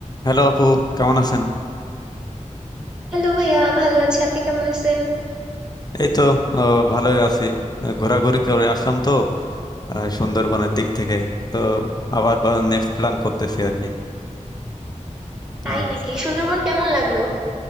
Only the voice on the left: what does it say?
Hello আপু কেমন আছেন
এই তো আহ, ভালোই আছি আহ, ঘোরাঘুরি করে আসলাম তো আহ, সুন্দরবনের দিক থেকে তো আবার নেক্সট প্ল্যান করতেছি আর কি
এই